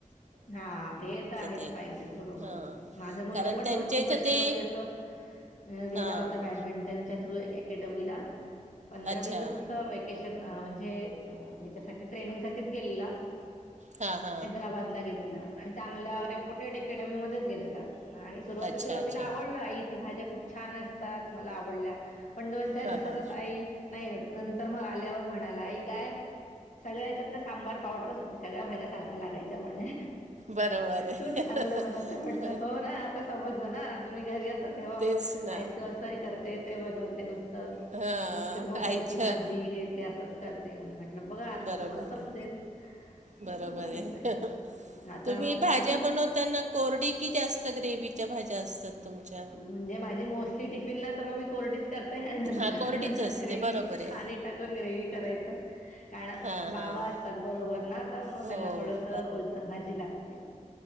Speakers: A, on the left; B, on the right.
A: हा ते तर आहेच
B: ते
A: पाहिजेच बरोबर
B: हां
A: माझा मुलगा
B: कारण
A: पण
B: त्यांच्या
A: दोन तीन
B: इथं
A: वर्षापूर्वी
B: ते
A: असं अ गेला
B: हां
A: होता बॅडमिंटनच्या थ्रू अकॅडमीला पंधरा
B: अच्छा
A: वीस दिवस असं म्हणजे हच्यासाठी ट्रेनिंगसाठीच गेलेला
B: हां हां
A: गबादला गेलेला आणि चांगल्या रेप्युटेड अकॅडमीमध्येच गेलेला आणि सुरुवाती
B: अच्छा
A: सुरुवातीला
B: अच्छा
A: आवडलं आई इथं भाज्या खूप छान असतात मला आवडल्या पण दोन चार
B: हां
A: दिवसातच
B: हां
A: आई नाही नंतर मग आल्यावर म्हणाला आई काय सगळ्या हेच्यात तर सांबार पावडरच हो ती सगळ्या भाज्या सारख्या लागायच्या म्हणे
B: बरोबर आहे
A: तूच चांगलं बनवते म्हटलं
B: ब
A: हो ना आ ता समजलं ना तुम्ही घरी असता तेव्हा
B: तेच
A: मग
B: ना
A: आई कसं हे कर ते ते बनवते नुसतं.
B: हां
A: नुसतं भोपळ्याची
B: आईच्या
A: भाजी हे ते असच कर ते म्हटलं बघा आता
B: बरोबर
A: तुम्हाला समजेल.
B: आहे
A: अ
B: बरोबर
A: असं
B: आहे अ ह
A: आता
B: तुम्ही भाज्या
A: आता खूप
B: पण धुताना कोरडी की जास्त ग्रेवीच्या भाज्या असतात तुमच्या
A: म्हणजे माझी मोस्टली टिफिनला तर मग मी कोरडीच करते आणि नंतर
B: हां कोरडीच
A: त्याच्यात
B: असते
A: ग्रेवी
B: बरोबर आहे
A: पाणी टाकून ग्रेवी करायचं. काय ना
B: हां
A: बाबा
B: हां
A: असतात बरोबर ना तर मग
B: हो
A: त्यांना थोडस ओलसर भाजी लागते.